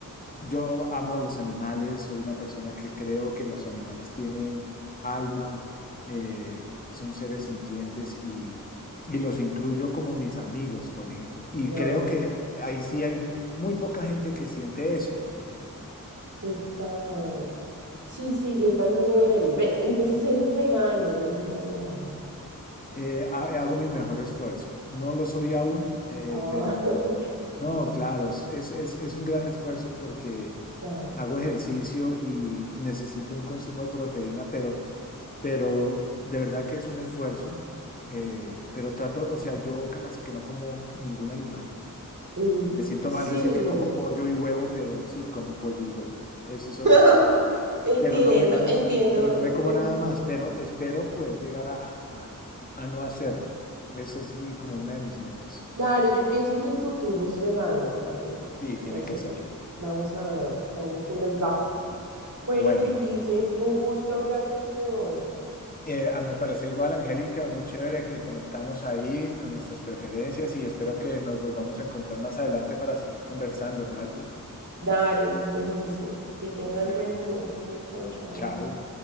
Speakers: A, on the left; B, on the right.
A: Yo amo a los animales, soy una persona que creo que los animales tienen alma, eh, son seres sintientes y, y los incluyo como mis amigos, por ejemplo. Y
B: No,
A: creo
B: es
A: que ahí sí hay muy poca gente que siente eso, por ejemplo.
B: total. Sí, sí, yo también. Ve- entonces eres vegano, vegetariano.
A: Eh, ha- hago mi mejor esfuerzo. No lo soy aún, eh,
B: Ah,
A: pero
B: <laughs>
A: no, claro, es, es, es es un gran esfuerzo porque
B: claro.
A: hago ejercicio y necesito un consumo de proteína, pero... pero de verdad que es un esfuerzo, eh, pero trato, o sea, yo casi que no como ningún animal.
B: Mm,
A: Me siento
B: Sí.
A: mal decir que como pollo y huevo, pero sí, como pollo y huevo. Eso, eso,
B: <laughs>
A: eso, es-
B: Entiendo,
A: Pero no me como
B: entiendo.
A: una, pero no
B: en-
A: me como
B: en-
A: nada más, pero espero poder llegar a, a, a no hacerlo. Esa es mi, como una de mis metas.
B: Claro, yo pienso que el futuro es vegano en realidad.
A: Sí, tiene
B: Así
A: que serlo.
B: que vamos a ver cómo se nos da. Bueno,
A: Bueno,
B: Felipe, un gusto hablar contigo hoy.
A: eh, a mí me parece igual, Angélica, muy chévere que conectamos ahí con nuestras preferencias y espero que nos volvamos a encontrar más adelante para seguir conversando, ¿vale?
B: Dale, lo mismo. Que tengas
A: Bueno,
B: buena noche. Chao, chao.
A: chao.